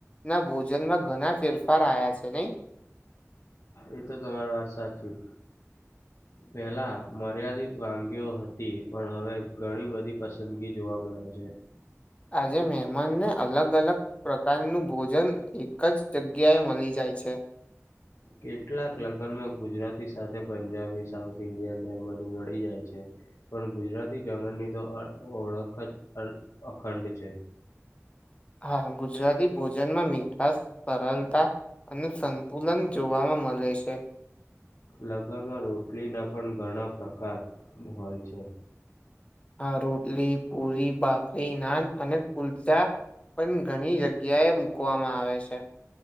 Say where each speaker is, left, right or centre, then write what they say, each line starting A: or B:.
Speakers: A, on the left; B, on the left.
A: ના ભોજનમાં ઘણા ફેરફાર આવ્યા છે નહી
B: એ તો તમારી વાત સાચી
A: <inaudible>
B: પેલા મર્યાદિત વાનગીઓ હતી પણ હવે ઘણી બધી પસંદગી જોવા મળે છે
A: આજે મહેમાનને અલગ અલગ પ્રકારનું ભોજન કચ્છ જગ્યા એ મળી જાય છે
B: કેટલાક લગ્નમાં ગુજરાતી સાથે પંજાબી સાઉથ ઇન્ડિયનને બધું મળી જાય છે પણ ગુજરાતી જમણની તો ઓળખ જ અખંડ છે
A: <inaudible> હા ગુજરાતી ભોજનમાં મીઠાંશ સરળતા અને સંતુલન જોવામાં મળે છે
B: લગ્નમાં રોટલીના પણ ઘણા પ્રકાર હોય છે
A: આ રોટલી પૂરી ભાખરી નાન અને કુલચા પણ ઘણી જગ્યાએ મૂકવામાં આવે છે